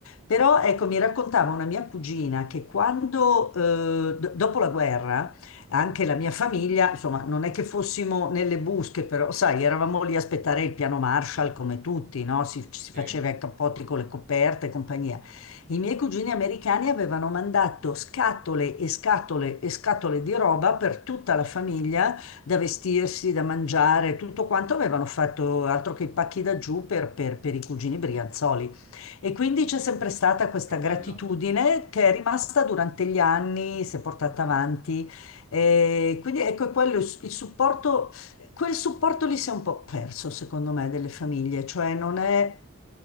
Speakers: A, on the left; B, on the right.
A: Però ecco, mi raccontava una mia cugina che quando, eh, d- dopo la guerra, anche la mia famiglia, insomma, non è che fossimo nelle busche, però sai, eravamo lì a aspettare il piano Marshall come tutti, no? Si, si
B: sì,
A: faceva i cappotti con le coperte e compagnia. I miei cugini americani avevano mandato scatole e scatole e scatole di roba per tutta la famiglia, da vestirsi, da mangiare, tutto quanto avevano fatto altro che i pacchi da giù per per- per i cugini Brianzoli. E quindi c'è sempre stata questa
B: che bello.
A: gratitudine che è rimasta durante gli anni, si è portata avanti. E quindi ecco quello, il supporto, quel supporto lì si è un po' perso, secondo me, delle famiglie, cioè non è...